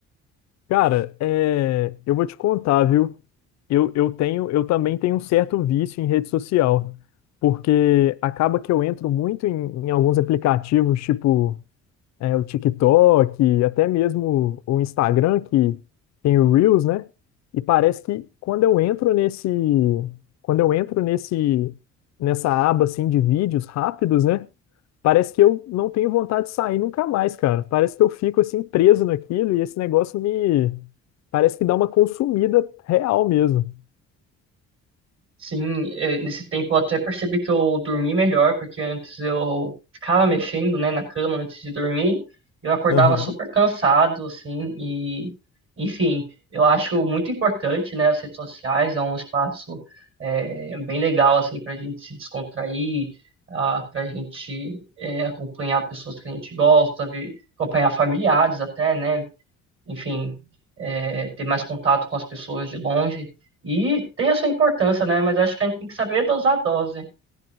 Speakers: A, on the left (about 65°); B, on the right (about 45°).
A: Cara, é, eu vou te contar, viu? Eu, eu tenho, eu também tenho um certo vício em rede social, porque acaba que eu entro muito em, em alguns aplicativos, tipo é, o TikTok, até mesmo o Instagram, que tem o Reels, né? E parece que quando eu entro nesse, quando eu entro nesse, nessa aba assim de vídeos rápidos, né? Parece que eu não tenho vontade de sair nunca mais, cara. Parece que eu fico assim preso naquilo e esse negócio me parece que dá uma consumida real mesmo.
B: Sim, eh, nesse tempo eu até percebi que eu dormi melhor, porque antes eu ficava mexendo, né, na cama antes de dormir, eu acordava
A: Aham.
B: super cansado, assim, e, enfim, eu acho muito importante, né, as redes sociais, é um espaço eh, bem legal, assim, para a gente se descontrair, ah, para a gente eh, acompanhar pessoas que a gente gosta, ver- acompanhar familiares até, né, enfim, é, ter mais contato com as pessoas de longe. E tem a sua importância, né? Mas acho que a gente tem que saber dosar a dose.